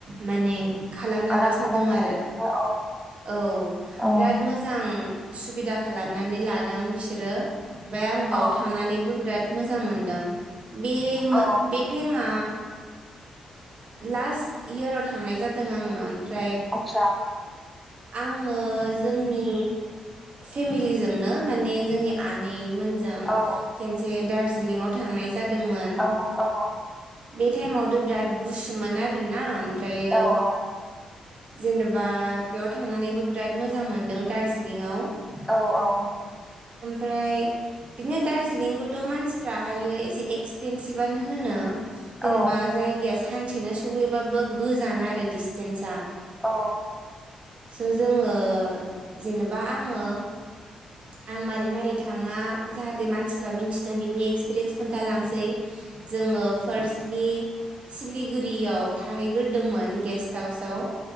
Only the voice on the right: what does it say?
माने खालामलांगासिनो
दं आरो
औ
बिराद मोजां सुबिदा खालामनानै ला दों बिसोरो ओमफ्राय आं बाव
थांनानैबो बिराद मोजां मोनदों। बे
बे टाइम आ लास्ट इयाराव थांनाय जादों आङो ओमफ्राय
आङो जोंनि फेमिलिजोंनो माने जोंनि आनै मोनजों
खेनसे दार्जिलिंआव थांनाय जादोंमोन
बे टाइमावथ' बिराद गुसुमोन आरोना ओमफ्रायो
जेनेबा बेयाव थांनानैबो बिराद मोजां मोनदों दार्जिलिंआव
ओमफ्राय बिदिनो दार्जिलिंखौथ' मानसिफ्राहायो एसे एक्सपेनसिभ आनो होनो। जेनेबा
जायगाया सानसेनो सहैबाबो गोजान आरो डिसटेन्सआ
स' जोङो जेनेबा आङो आं मारै मारै थाङा जाहाथे मानसिफ्रा मिनथिथों बिनि एक्सपिरियन्सखौनो खोन्थलांसै जोङो फार्स्टलि सिलिगुरियाव थाहैग्रोदोंमोन गेस्ट हाउसआव